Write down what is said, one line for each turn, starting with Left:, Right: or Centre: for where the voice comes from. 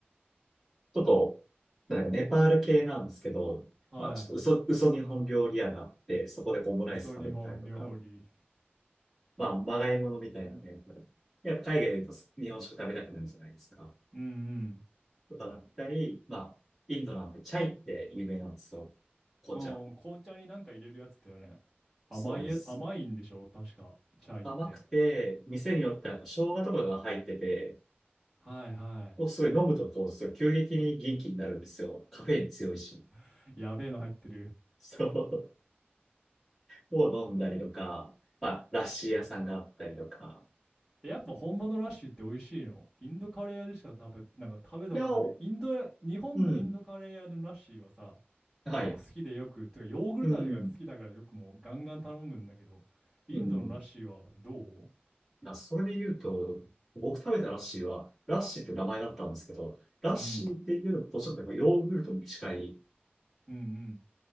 Centre: ちょっと、なんかネパール系なんですけど、
Right: は
Centre: まあ、ちょっと嘘、嘘日本料理屋があって、そこでこうオムライス食べてたりとか、
Right: い。嘘日本料理。
Centre: まあ、まがいものみたいなね、やっぱ海外でいうと日本食食べたくなるじゃないですか。
Right: うん
Centre: とかだったり、まあ、インドなんてチャイって有名なんですよ。紅茶。
Right: うん。うん、紅茶になんか入れるやつだよね。甘いや、
Centre: そうです。
Right: 甘いんでしょ確か。チャイって。
Centre: 甘くて、店によってなんか生姜とかが入ってて、
Right: はいは
Centre: おすごい飲むとこう、すごい急激に元気になるんですよ。カフェイン強いし。
Right: い。<laughs> やべえの入ってる。
Centre: そう。を飲んだりとか、まあ、ラッシー屋さんがあったりとか。
Right: えやっぱ本場のラッシュって美味しいのインドカレー屋でしか食べ、なんか食べたことないというか、
Centre: いや、う
Right: インドや、日本のインドカレー屋でのラッシーはさ、
Centre: ん。はい。
Right: 僕好きでよく、てかヨーグルト味が好きだからよくもうガンガン頼むんだけど、
Centre: うん。
Right: インドのラッシーはどう
Centre: うん。まあ、それで言うと、僕食べたラッシーは、ラッシーって名前だったんですけど、ラッシーっていうのとちょっとヨーグルトに近い
Right: うん、うんうん。